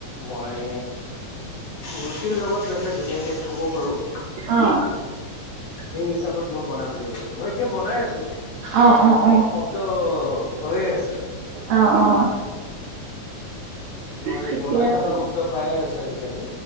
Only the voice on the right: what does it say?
অ'।
অ', অ'।
অ', অ'।
ঠিকে
আছে,